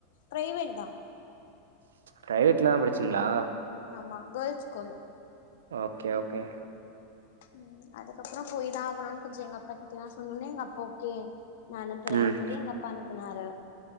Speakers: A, on the left (about 65°); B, on the right (about 75°).
A: பிரைவேட் தா
B: பிரைவேட்லா தா படிச்சிங்களா
A: ஆமா கேர்ள்ஸ் ஸ்கூலு
B: ஓகே ஓகே
A: ம் அதுக்கப்புறோ போயி தா ஆகணு கொஞ்சோ எங்க அப்பா கிட்ட நா சொன்னவுனெ எங்க அப்பா ஓகே நா அனுப்புறேனு
B: ம்
A: சொல்லி எங்க அப்பா அனுப்புனாரு